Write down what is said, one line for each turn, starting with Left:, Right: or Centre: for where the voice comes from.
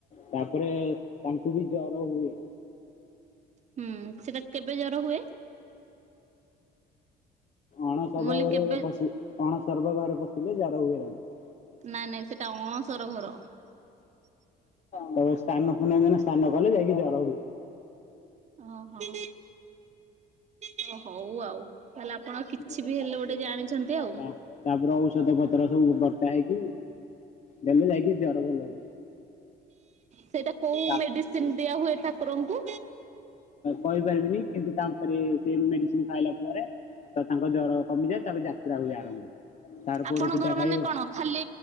Left: ତାପରେ ତାଙ୍କୁ ବି ଜର ହୁଏ।
Right: ହୁଁ ସେଟା କେବେ ଜର ହୁଏ?
Left: ଅଣସବ
Right: ମୁଁ କହିଲି
Left: ଘରେ
Right: କେବେ
Left: ଅଣସର୍ବା ଘରେ ପଶିଲେ ଯାଦା ହୁଏ ତାଙ୍କୁ
Right: ନାଇଁ ନାଇଁ ସେଟା ଅଣସର ଘର।
Left: ତ ସ୍ନାନ ପୁନ ଦିନ ସ୍ନାନ କଲେ ଯାଇକି ଜର ହୁଏ।
Right: ଓହୋ ହଁ ହଉ ଆଉ। ତାହେଲେ ଆପଣ କିଛି
Left: ତାପରେ
Right: ବି ହେଲେ ଗୋଟେ ଜାଣିଛନ୍ତି ଆଉ।
Left: ଔଷଧ ପତ୍ର ସବୁ ବଟା ହେଇକି ଦେଲେ ଯାଇକି ଯଆର ଭଲ ହୁଏ।
Right: ସେଇଟା କୋଉ
Left: ତା
Right: ମେଡିସିନ ଦିଆ ହୁଏ ଠାକୁରଙ୍କୁ?
Left: କହିପାରିବିନି କିନ୍ତୁ ତାପରେ ସେ ମେଡିସିନ ଖାଇଲା ପରେ ତ ତାଙ୍କ ଜ୍ର କମିଯାଏ ତାପରେ ଯାତ୍ରା ହୁଏ ଆରମ୍ଭ ଶାର ପୋଡ
Right: ଆପଣଙ୍କର
Left: ପିଠା ଖାଇବେ।
Right: ମାନେ କଣ ଖାଲି